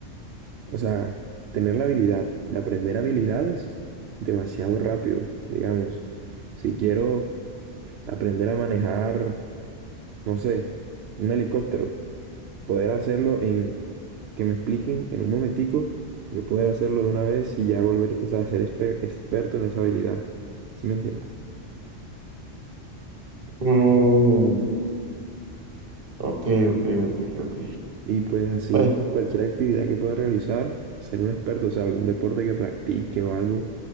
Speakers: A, on the right; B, on the right.
A: o sea, tener la habilidad de aprender habilidades demasiado rápido, digamos. Si quiero aprender a manejar, no sé, un helicóptero, poder hacerlo en, que me expliquen en un momentico, yo poder hacerlo de una vez y ya volver, o sea, ser espe- experto en esa habilidad. ¿Sí me entiendes?
B: Mm, ok, ok, ok, ok.
A: Y pues así,
B: Pues,
A: cualquier actividad que pueda realizar, ser un experto, o sea, algún deporte que practique o algo,